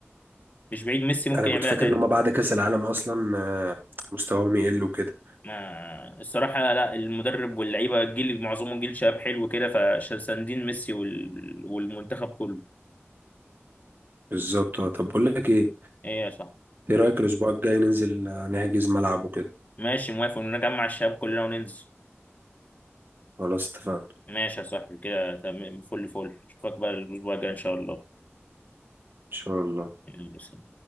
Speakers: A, on the left (about 35°); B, on the right (about 50°).
A: مش بعيد ميسي ممكن
B: انا
A: يعملها
B: كنت فاكر
A: تاني
B: ان هما بعد كأس العالم اصلا آه، مستواهم يقل وكده
A: ما الصراحه لا المدرب واللعيبه الجيل معظمهم جيل شباب حلو كده فساندين ميسي وال... والمنتخب كله
B: بالظبط اه. طب بقول لك ايه
A: ايه يا صاحبي
B: ايه رأيك الاسبوع الجاي ننزل آه، نحجز ملعب وكده
A: ماشي موافق ان نجمع الشباب كلنا وننزل
B: خلاص اتفقنا
A: ماشي يا صاحبي كده تمام فل فل اشوفك بقى الاسبوع الجاي ان شاء الله
B: ان شاء الله
A: يلا، سلام.